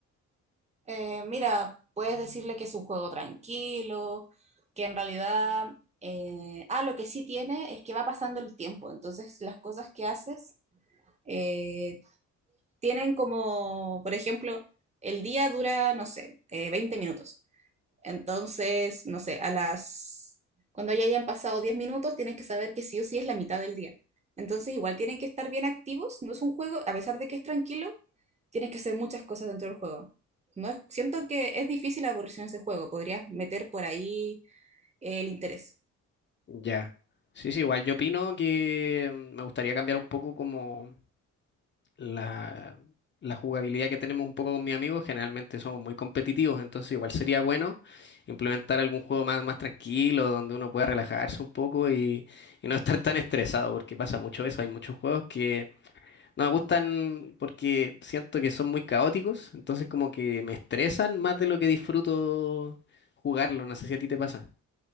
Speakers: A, on the right (about 20°); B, on the left (about 40°).
A: Eh, mira, puedes decirle que es un juego tranquilo, que en realidad, eh, ah, lo que sí tiene es que va pasando el tiempo, entonces las cosas que haces eh, tienen como, por ejemplo, el día dura, no sé, eh, 20 minutos. Entonces, no sé, a las... Cuando ya hayan pasado 10 minutos, tienes que saber que sí o sí es la mitad del día. Entonces, igual tienen que estar bien activos. No es un juego, a pesar de que es tranquilo, tienes que hacer muchas cosas dentro del juego. No es- siento que es difícil aburrirse en ese juego. Podrías meter por ahí el interés.
B: Ya. Sí, sí, igual yo opino que mm, me gustaría cambiar un poco como la, la jugabilidad que tenemos un poco con mis amigos, generalmente somos muy competitivos, entonces igual sería bueno implementar algún juego más, más tranquilo, donde uno pueda relajarse un poco y, y no estar tan estresado, porque pasa mucho eso, hay muchos juegos que no me gustan porque siento que son muy caóticos, entonces como que me estresan más de lo que disfruto jugarlo, no sé si a ti te pasa.